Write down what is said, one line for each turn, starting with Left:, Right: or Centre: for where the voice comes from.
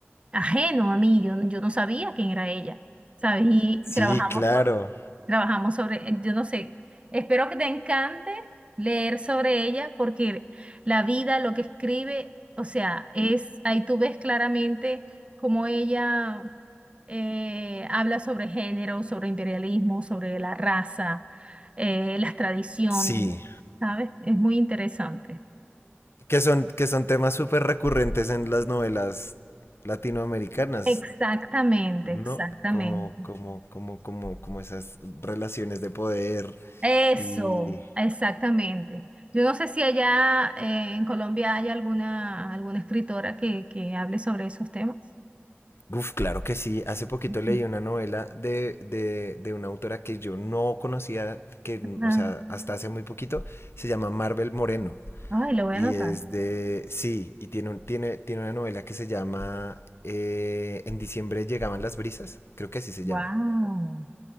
Right: ajeno a mí. Yo, yo no sabía quién era ella, ¿sabes? Y
Left: sí,
Right: trabajamos.
Left: claro,
Right: Trabajamos sobre, eh, yo no sé, espero que te encante leer sobre ella porque la vida, lo que escribe, o sea, es, ahí tú ves claramente cómo ella eh, habla sobre género, sobre imperialismo, sobre la raza, eh, las tradiciones,
Left: sí.
Right: ¿sabes? Es muy interesante.
Left: Que son, que son temas súper recurrentes en las novelas latinoamericanas.
Right: Exactamente,
Left: ¿no?
Right: exactamente.
Left: Como, como, como, como, como esas relaciones de poder
Right: Eso,
Left: y...
Right: exactamente. Yo no sé si allá eh, en Colombia hay alguna, alguna escritora que, que hable sobre esos temas.
Left: Uf, claro que sí. Hace poquito
Right: Ujú.
Left: leí una novela de, de, de una autora que yo no conocía, que,
Right: Ajá.
Left: o sea, hasta hace muy poquito, se llama Marvel Moreno.
Right: Ay, lo voy
Left: Y
Right: a anotar.
Left: es de, sí, y tiene, un- tiene, tiene una novela que se llama eh, En diciembre llegaban las brisas, creo que así se
Right: Wow.
Left: llama.